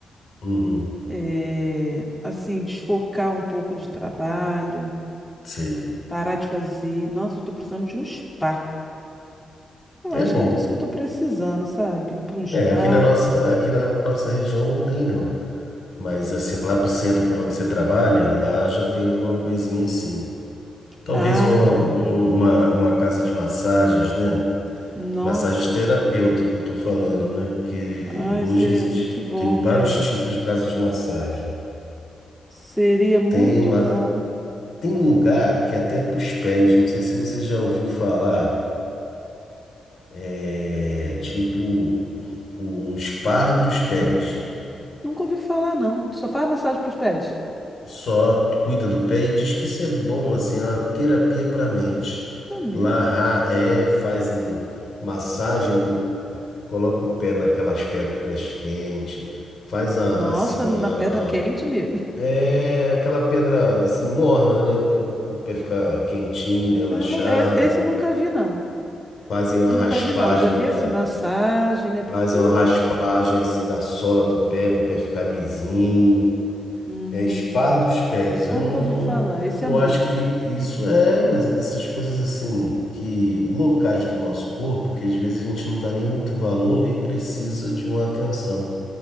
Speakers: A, on the left; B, in the centre.
A: Uhum,
B: É, assim, desfocar um pouco de trabalho.
A: sei.
B: Parar de fazer. Nossa, eu tô precisando de um spa. Eu acho
A: É bom.
B: que é disso que eu tô precisando, sabe? Ir para um spa.
A: É, aqui na nossa, aqui na nossa região não tem, não. Mas assim, lá pro centro por onde você trabalha, lá já tem alguma coisinha assim. Talvez
B: Ah,
A: uma, um- uma, uma casa de massagens, né?
B: nossa.
A: Massagem terapeuta que eu tô falando, né? Porque
B: Ai,
A: hoje
B: seria
A: existe,
B: muito bom,
A: tem vários
B: né?
A: tipos de casa de massagem.
B: Seria muito
A: Tem, ma-
B: bom.
A: tem lugar que é até pros pés, não sei se você já ouviu falar, é tipo um spa dos pés.
B: Hum. Nunca ouvi falar, não. Só faz massagem pros pés.
A: Só cuida do pé e diz que isso é bom, assim, é uma terapia para mente.
B: É mesmo?
A: Lá ra- é, fazem massagem, no- coloca o pé naquelas pedras quentes faz a,
B: Nossa,
A: assim
B: na
A: a,
B: pedra quente, amigo.
A: É aquela pedra assim morna, né? Para o pé ficar quentinho, relaxado.
B: Eu não, es- esse eu nunca vi, não.
A: Fazem
B: Esse
A: uma
B: eu
A: raspagem
B: nunca vi, não. Já vi
A: da,
B: assim, massagem, né, pro
A: fazem
B: corpo.
A: uma raspagem assim da sola do pé para o pé ficar lisinho.
B: Hum,
A: É espar
B: hum.
A: dos pés.
B: nunca
A: É um,
B: ouvi falar. Esse
A: eu
B: é novo.
A: acho que isso é, mas essas coisas assim que locais do nosso corpo que às vezes a gente não dá nem muito valor e precisa de uma atenção.